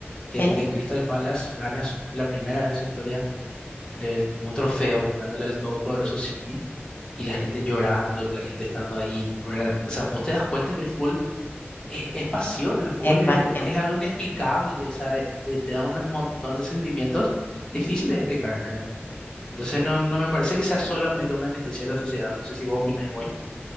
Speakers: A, on the left; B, on the left.
A: que,
B: Sí,
A: que Crystal Palace gana su- la primera vez en su historia el- un trofeo, ganándole al todopoderoso City, y la gente llorando, y la gente estando ahí, ¿verdad? O sea, vos te das cuenta que el fútbol es, es pasión, el fútbol
B: Es pasión.
A: es, es algo inexplicable, o sea, eh, te, te da un montón de sentimientos difíciles de explicar, ¿verdad? Entonces no, no me parece que sea solamente una anestesia de la sociedad, no sé si vos opinás igual.